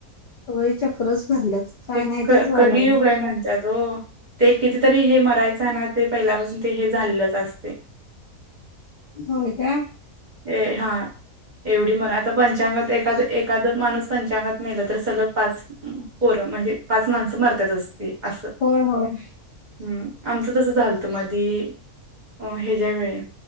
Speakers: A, on the left; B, on the right.
A: सगळी चक्रच भरल्यात. काय
B: ते
A: नाही
B: क
A: तेच व्हायला
B: कलियुगय
A: लागले
B: आहे म्हणतात. हो ते कितीतरी हे मरायचं ना ते पहिल्यापासून ते हे झालंच असते.
A: हो का
B: ए हा एवढी मणा आता पंचांगात एखाद एखाद माणूस पाच पंचांगात मेलं तर सलग पाच पोर म्हणजे पाच माणसं मरतात असती असं
A: होय होय
B: हम्म आमचं तसं झालतं मधी अ ह्याच्या वेळी